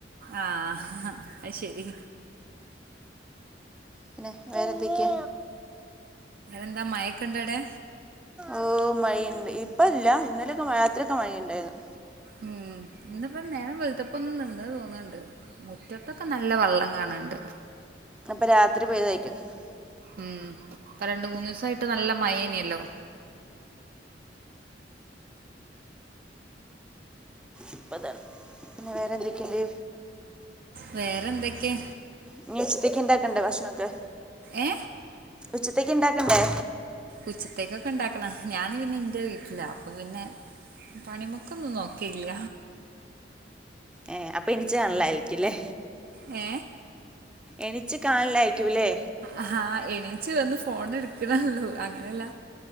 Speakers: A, on the right; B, in the centre.
A: ആഹ അ ശെരി.
B: പിന്നെ വേറെ എന്തൊക്കെ.
A: എന്താ മയക്കു ണ്ടോ അവിടെ.
B: ഓ മഴുണ്ട് ഇപ്പ ഇല്ല ഇന്നലെയൊക്കെഴ രാത്രിയക്കെ മഴ ഉണ്ടായിരുന്നു.
A: ഉം ഇന്നപ്പ നേരം വെളുത്തപ്പ ഒന്നും നിന്ന. തോന്നണ്ട് മുറ്റത്തൊക്കെ നല്ല വെള്ളം കാണണ്ട്.
B: അപ്പൊ രാത്രി പോയത്ഴക്കുന്നുന്ന്..
A: ഉം ഇപ്പ രണ്ട്മൂന്ന് ദിവസമായിട്ട്നല്ല മയേനല്ലോ.
B: ഇപ്പതാണ് പിന്നെ വേറെ എന്തൊക്കെയണ്ട്.
A: വേറെന്തൊക്കെ.
B: ഇനി ഉച്ചത്തേക്ക് ഇണ്ടാക്കണ്ടേ ഭക്ഷണൊക്കെ
A: ഏ
B: ഉച്ചത്തേക്ക് ഇണ്ടാക്കണ്ടേ..
A: ഉച്ചത്തേക്കൊക്കെ ഉണ്ടാക്കണം ഞൻ പിന്നെ ഇന്റെ വീട്ടില അപ്പൊ പിന്നെ. പണിമുക്കൊന്നും നോക്കിയില്ല.
B: ഏ അപ്പൊ എനിിച്ചണലരിക്കല്ലേ.
A: ഏ
B: എനിച്ച് കാണല അയക്കൂല്ലേ.
A: ആഹ എണീച്ച് വന്ന് ഫോൺ എടുക്കണള്ളൂ അങ്ങനെയല്ല.